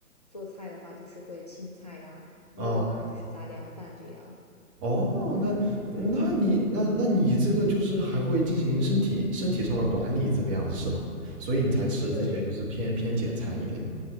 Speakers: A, on the left; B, on the right.
A: 做菜的话就是会青菜呀。肉啊，
B: 啊、
A: 就是杂粮饭这样。
B: 哦，那那你那那你这个就是还会进行身体身体上的管理，这个样子是吗？所以你才吃这些就是偏偏简餐一点的。
A: 对，